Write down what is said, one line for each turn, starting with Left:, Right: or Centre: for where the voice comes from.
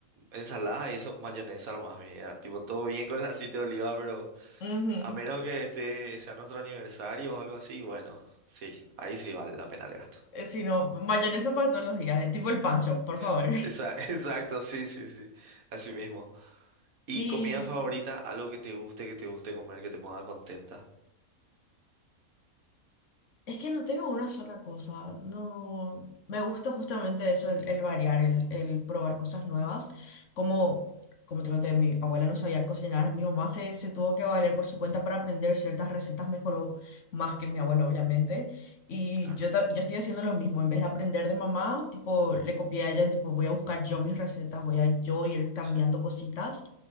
Right: ensalada y eso, mayonesa nomás, mira. Tipo, todo bien con el aceite de oliva, pero
Left: ujú.
Right: a menos que este sea nuestro aniversario o algo así, bueno, sí, ahí sí vale la pena el gasto.
Left: Eh, Sí, no, mayonesa para todos los días, es tipo el pancho,
Right: <laughs>
Left: por favor.
Right: Esa- Exacto, sí, sí, sí. Así mismo. ¿Y
Left: Y
Right: comida favorita? Algo que te guste, que te guste comer, que te ponga contenta.
Left: es que no tengo una sola cosa, no, me gusta justamente eso, el, el variar, el, el probar cosas nuevas, como, como te conté, mi abuela no sabía cocinar, mi mamá se, se tuvo que valer por su cuenta para aprender ciertas recetas, mejoró más que mi abuela, obviamente, y
Right: Claro.
Left: yo, ta- yo estoy haciendo lo mismo, en vez de aprender de mamá, tipo, le copié a ella, tipo, voy a buscar yo mis recetas, voy a yo ir cambiando
Right: Sí.
Left: cositas,